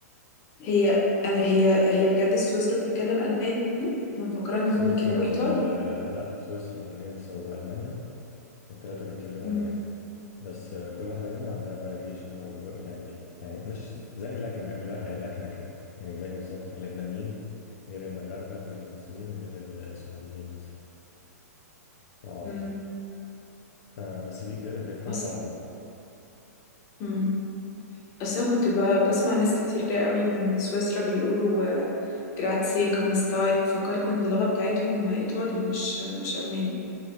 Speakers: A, on the left (about 35°); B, on the left (about 65°).
A: هي انا هي هي بجد سويسرا بتتكلم الماني انا مفكره ان
B: سويسرا
A: هما بيتكلموا
B: وال
A: ايطالي
B: آه، لا سويسرا والنمسا والمانيا الثلاثه بيتكلموا
A: امم
B: الماني بس آه، كل واحده منهم عندها فاريشن او ف- يعني يعني مش زي لجنه لا- آه، لكنه كده يعني زي بالظبط ما اللبنانيين غير المغاربه غير المصريين غير السعوديين مثلا في العربي
A: امم
B: فبس بي- بي- بيفهموا
A: اصلا
B: بعض يعني
A: امم اصلا كنت ب- بسمع ناس كتير قوي من سويسرا بيقولوا آه، جراتسي كومستاي فكرت ان اللغه بتاعتهم ايطالي مش مش الماني